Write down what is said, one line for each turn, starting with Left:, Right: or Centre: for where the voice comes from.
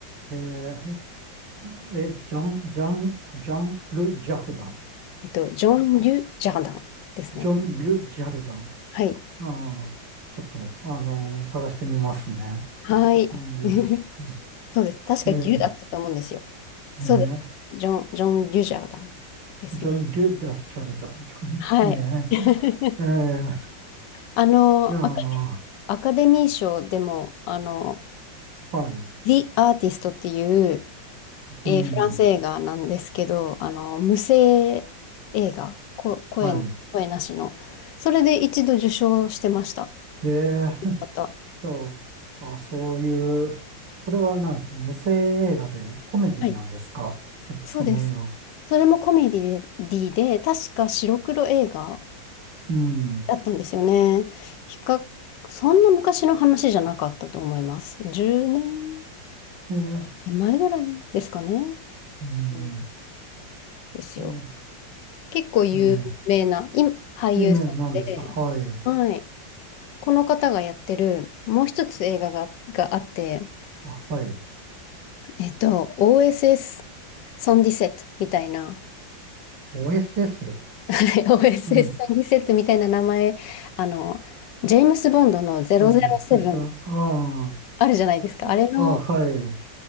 Right: えー、え、ジョン、ジョン、ジャン・ル・ジャルダン
Left: えっと、ジョン・
Right: ですか
Left: リュ・ジャーダンですね。
Right: ジョン・ル・ジャルダン。
Left: はい。
Right: ああ、ちょっと、あの探してみますね。
Left: はい。
Right: ジョン・ル・
Left: <laughs>
Right: ジャルダン。
Left: そうです。確か牛だったと思うんですよ。
Right: えー、
Left: そうです。
Right: え
Left: ジョン、ジョン・デュジャーダンですね。
Right: ージョン・ル・ダ・ジャルダン。ジョン・
Left: はい。
Right: え
Left: <laughs>
Right: ー、え
Left: あの、
Right: ー、いやー、
Left: アカアカデミー賞でも、あの、
Right: はい。
Left: The Artist っていう、えーフランス映画なんですけど、
Right: うん、
Left: あの、無声映画、こ、声、
Right: は
Left: 声なしの。それで一度受賞してました。
Right: い。えー、
Left: また。
Right: と、あ、そういう、これはなんですか無声映画でコメディなんですかそ、
Left: はい。そうです。
Right: その映画は。
Left: それもコメディで、確か白黒映画
Right: うん。
Left: だったんですよね。比較、そんな昔の話じゃなかったと思います。10年
Right: えー、
Left: 前ぐらいですかね。
Right: うん。
Left: うんですよ。
Right: うん
Left: 結構有名な、
Right: えーうんえー
Left: 今、俳優さんで、
Right: 有名なんですかはい。
Left: はい。この方がやってる、もう一つ映画が、があって、
Right: あ、はい。
Left: えっと、OSS ソンディセットみたいな、
Right: OSS?
Left: <laughs> OSS
Right: サン、
Left: ソンディセットみたいな名前、あの、ジェームス・ボンドの007
Right: サンディスと、あ
Left: あるじゃないですか。
Right: あ、
Left: あれの
Right: あ、はい。